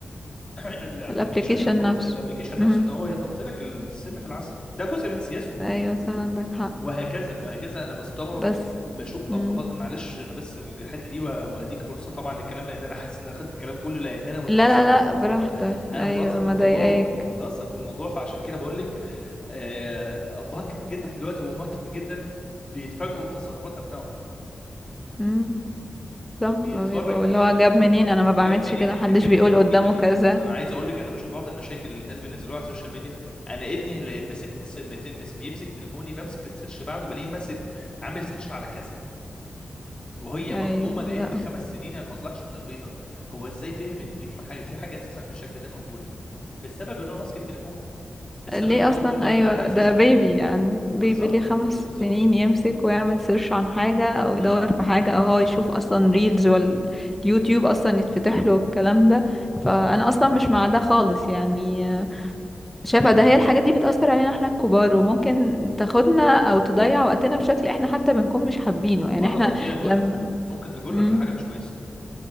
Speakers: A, on the left; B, in the centre.
A: الابلكيشنز
B: الابليكيشن
A: <clears throat> التواصل
B: نفسه
A: الابلكيشن
B: مهم.
A: <coughs> نفسه ان هو يحط لك السم في العسل ده جزء من سياسته
B: ايوه صح عندك حق
A: وهكذا وهكذا انا بستغرب
B: بس
A: بشوف
B: مم.
A: ابهات معلش انا بس الحته دي وه- وهديك فرصه طبعا للكلام لان انا حاسس ان انا خدت الكلام كله لان انا متاثر
B: لا لا
A: بالموضوع
B: لا براحتك
A: انا
B: ايوه
A: متاثر
B: ما
A: بالموضوع
B: ضايقاك
A: ومتاثر بالموضوع فعشان كده بقول لك آه، ابهات كتير جدا دلوقتي وامهات كتير جدا بيتفاجئوا بتصرفات ابنائهم
B: مم. صح ما
A: بيتفرج
B: بيبقوا اللي
A: يعني
B: هو جاب
A: بيتفرج
B: منين انا ما بعملش
A: جاب منين
B: كده
A: الح...
B: محدش
A: جاب
B: بيقول
A: منين الكلمه
B: قدامه
A: دي
B: كذا
A: اساسا انا عايز اقول لك انا بشوف بعض المشاكل اللي الناس بينزلوها على السوشيال ميديا انا ابني اللي مسكت الس- مت- مس- بيمسك تليفوني بمسك السيرش بعده بلاقيه ماسك عامل سيرش على كذا وهي
B: ايوه
A: مصدومه ده
B: لا
A: ابن خمس سنين يعني ما طلعش من البيضه هو ازاي فهم ان دي في حاجه في حاجه اساسا بالشكل ده موجوده بسبب ان هو ماسك التليفون بسبب
B: ليه
A: ان هو
B: اصلا
A: طول الوقت
B: ايوه
A: قاعد على السوشيال
B: ده بيبي
A: ميديا
B: يعني بيبي
A: بالظبط
B: ليه خمس
A: بالظبط
B: سنين يمسك ويعمل سيرش عن حاجة او يدور
A: امم
B: في حاجة او هو يشوف اصلا ريلز واليوتيوب اصلا يتفتح له الكلام ده فانا اصلا مش مع ده خالص يعني شايفة ده هي الحاجات دي بتأثر علينا احنا الكبار وممكن تاخدنا او تضيع وقتنا بشكل احنا حتى بنكون مش حابينه
A: وبره
B: يعني احنا
A: تضييع الوقت
B: لما
A: ممكن تجرك
B: مم.
A: لحاجه مش كويسه